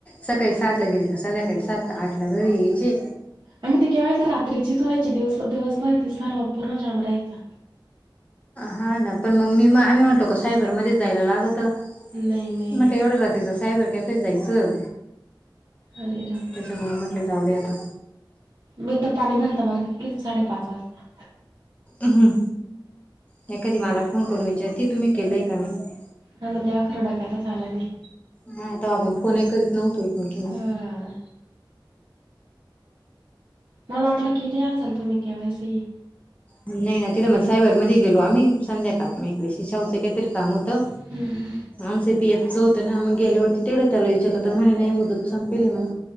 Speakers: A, on the left; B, on the right.
A: सकाळी सातला गेली का संध्याकाळी सात आठला घरी यायची
B: आणि ते केवायसी रात्रीचीच व्हायची दिवस दिवसभर ते सर्व पूर्ण जाण राहायचा
A: हा ना पण मग मी म आम्ही म्हणलो का सायबरमध्येच जायला लागतं
B: नाही नाही
A: म्हटल एवढं राात्रीचं सायबर कॅफेेत जायचं
B: आलेरा <unintelligible>
A: त्यामुळे म्हटलं जाऊदे आता
B: मी तर पाणी भरता भरता केले साडेपाच वाजता
A: अहं हे कधी मला फोन करून विचार की तुम्ही केलंय का नाही
B: हा ना तेव्हा खरं डोक्यातच आलं नाही
A: हा त आपण फोनही करीत नव्हतो एकमेकींना
B: हां मला वाटलं केली असाल तुम्ही केवायसी
A: नाही नाही तिथं मग सायबरमध्ये गेलो आम्ही संध्याकाळ एक विषय शाहू च काहीतरी काम होत त
B: हं, हं.
A: आम स पी एफचो तर ना मग गेल्यावरती तेवढं त्याला विचारलं तर म्हणे नाही मुदत संपेली म्हणं